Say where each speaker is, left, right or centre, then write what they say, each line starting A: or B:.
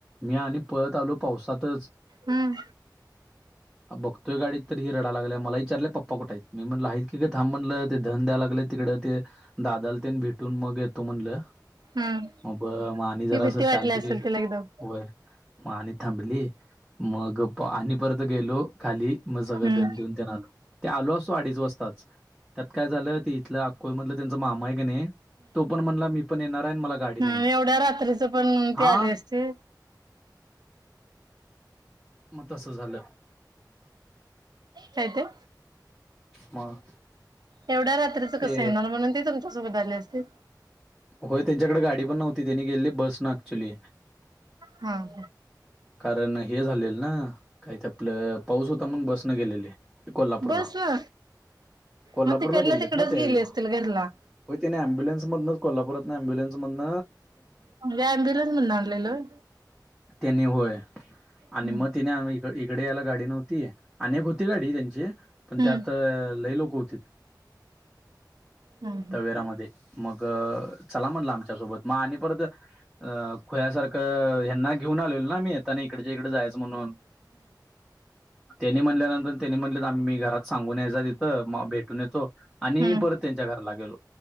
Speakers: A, in the centre; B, on the right (about 65°).
A: मी आणि पळत आलो पावसातच
B: हम्म
A: अ बघ तो गाडीत तर ही रडा लागलय मला विचारले पप्पा कुठ आहेत मी म्हणल आहेत की ग थांब म्हणल ते दहन द्याय लागले तिकड ते दादाला त्यानी भेटून मग येतो म्हणल
B: हम्म
A: मग मा मी जरास
B: ती भीती वाटली
A: शांत
B: असेल
A: घे
B: तिला एकदम
A: होय मग आणि थांबली मग आणि परत गेलो खाली मग सगळ
B: हम्म
A: दहन देऊन त्यांना आलो ते आलो असतो अडीच वाजताच त्यात काय झाल ते इथल अकोळ मधल त्यांचा मामा आहे का नाही तो पण म्हणला मी पण येणार आहे मला गाडी नाही
B: आणि
A: आहे
B: एवढ्या रात्रीच पण
A: हा
B: ते आले असते
A: म तस झाल
B: काय ते
A: मग
B: एवढ्या रात्रीच
A: ते
B: कस येणार म्हणुन ते तुमच्यासोबत आले असतील
A: होय त्यांच्याकडे गाडी पण नव्हती त्यांनी गेलेल बस न ऍक्च्युली
B: हां
A: कारण हे झालेल ना काही ते आपल पाऊस होता म्हणून बस न गेलेले कोल्हापुरला
B: बस ना
A: कोल्हापुरला
B: मग तिकडल्या
A: गेलेले
B: तिकडच
A: ते ना त्यावेळी
B: गेले असतील घरला
A: होय त्यांनी ॲबुलन्स मधन कोल्हापुरात न ॲम्बुलन्समधन
B: म्हणजे ॲम्बुलन्स मधन आणलेल होय
A: त्यांनी होय? आणि
B: हम्म
A: मग तिने इ- इकडं यायला गाडी नव्हती आणि एक होती गाडी त्यांची पण
B: हम्म
A: त्यात लय लोक हुंतीत
B: हम्म
A: तवेरामध्ये. मग चला म्हणलं आमच्यासोबत म आणि परत अ खुळ्यासारख ह्यांना घेऊन आलेलो ना मी येताना हिकडच्या हिकड जायचं म्हणून. त्यांनी म्हणल्यानंतर त्यांनी म्हणलेत आम्ही मी घरात सांगून यायचा तिथं म भेटून येतो आणि
B: हम्म
A: परत त्यांच्या घराला गेलो.